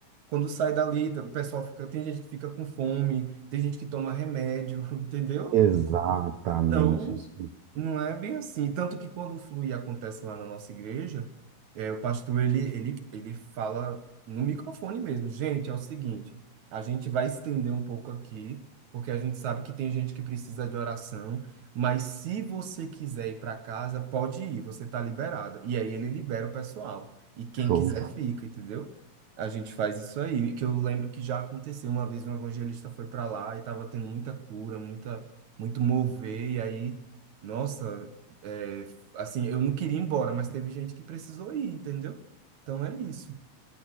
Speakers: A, on the right; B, on the right.
A: Quando sai dali, o pessoal fica, tem gente que fica com fome, tem gente que toma remédio, <laughs> entendeu?
B: Exatamente
A: Então,
B: isso.
A: não é bem assim. Tanto que quando o flui acontece lá na nossa igreja, é, o pastor ele, ele, ele fala no microfone mesmo. Gente, é o seguinte, a gente vai estender um pouco aqui, porque a gente sabe que tem gente que precisa de oração, mas se você quiser ir para casa, pode ir, você está liberada. E aí ele libera o pessoal. E quem
B: Show.
A: quiser fica, entendeu? A gente faz isso aí, que eu lembro que já aconteceu uma vez um evangelista foi para lá e estava tendo muita cura, muita muito mover, e aí, nossa, é, assim, eu não queria ir embora, mas teve gente que precisou ir, entendeu? Então é isso.